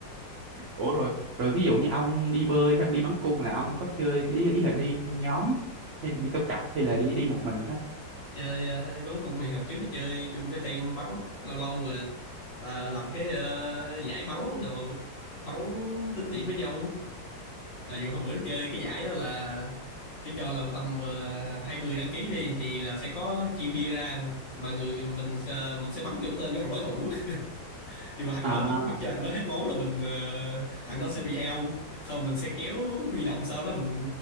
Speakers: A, on the right; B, on the left.
A: ủa rồi rồi ví dụ như ông đi bơi hay ông đi bắn cung là ông có chơi ý, ý là đi theo nhóm hay là đi theo cặp hay là đi đi một mình đó
B: chơi ờ, bắn cung thì hồi trước là chơi chung với team bắn lâu lâu rồi ta lập cái ờ, giải bắn đồ bắn tính điểm với nhau là dù hôm bữa chơi cái giải đó là tôi cho là tầm ờ, 20 đăng ký đi thì là sẽ có chia bia ra mà người mình sẽ- mình sẽ bắn vô tên của thằng đối thủ <laughs> nhưng mà thằng
A: à
B: đó bắn cho thằng đó hết máu là mình ờ, thằng đó sẽ bị out sau mình sẽ kéo huy động sau đó mình